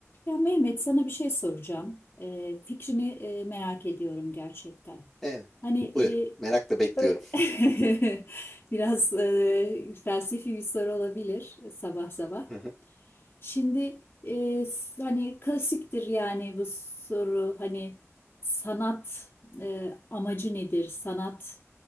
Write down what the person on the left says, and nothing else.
Ya Mehmet sana bir şey soracağım. Ee, fikrini e, merak ediyorum gerçekten.
Hani
e,
böyle <laughs> biraz e, felsefi bir soru olabilir sabah sabah.
Şimdi e, s- hani klasiktir yani bu soru hani sanat e, amacı nedir? Sanat